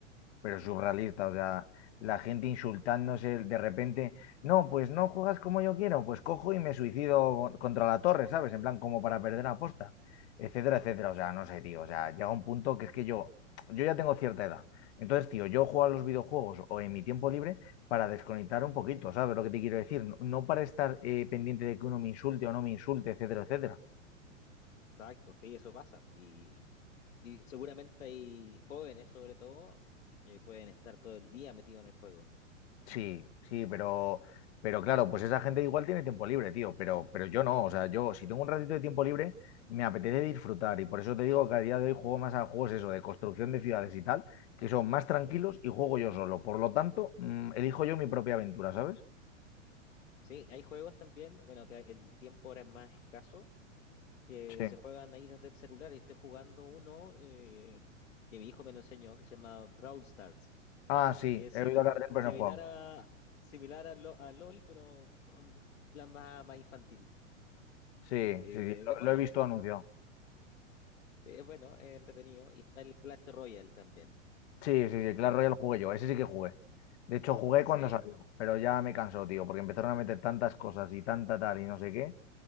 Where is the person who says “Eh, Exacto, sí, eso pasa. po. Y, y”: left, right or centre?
Left